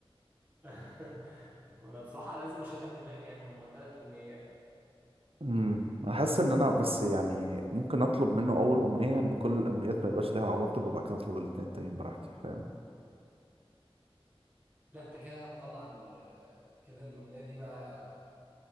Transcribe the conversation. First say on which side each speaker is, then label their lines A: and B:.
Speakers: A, on the right; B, on the right.
A: <laughs> وانا بصراحة لازم اشغل دماغي يعني هما ثلاث امنيات
B: امم انا حاسس ان انا بس يعني ممكن اطلب منه اول امنية ان كل الامنيات ما يبقاش ليها عواقب وبعد كده اطلب الاتنين التانيين براحتي فاهم
A: لا انت كده هتطلع ال- كده الامنية دي بقى